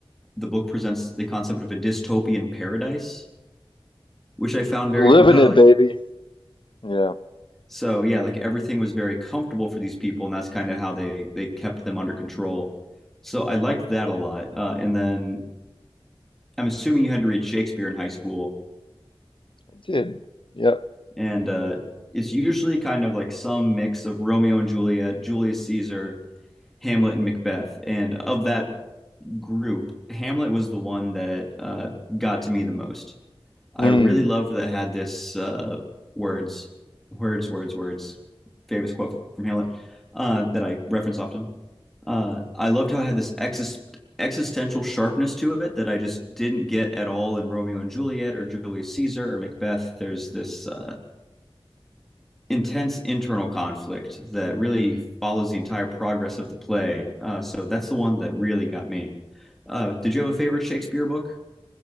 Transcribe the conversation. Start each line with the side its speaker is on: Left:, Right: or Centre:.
Centre: The book presents the concept of a dystopian paradise, which I found
Left: We're
Centre: very compelling.
Left: living it, baby. Yeah,
Centre: So yeah, like everything was very comfortable for these people, and that's kind of how they they kept them under control. So I liked that a lot. Uh, and then I'm assuming you had to read Shakespeare in high school,
Left: I did. Yep.
Centre: and uh, it's usually kind of like some mix of Romeo and Juliet, Julius Caesar, Hamlet and Macbeth. And of that group, Hamlet was the one that uh, got to me the most. I
Left: Mm.
Centre: really loved that it had this uh, words, words, words, words, famous quote from Hamlet uh, that I reference often. Uh, I loved how it had this exis- existential sharpness to it that I just didn't get at all in Romeo and Juliet or Julius Caesar or Macbeth. There's this uh, intense internal conflict that really follows the entire progress of the play. Uh, so that's the one that really got me. Uh, did you have a favorite Shakespeare book?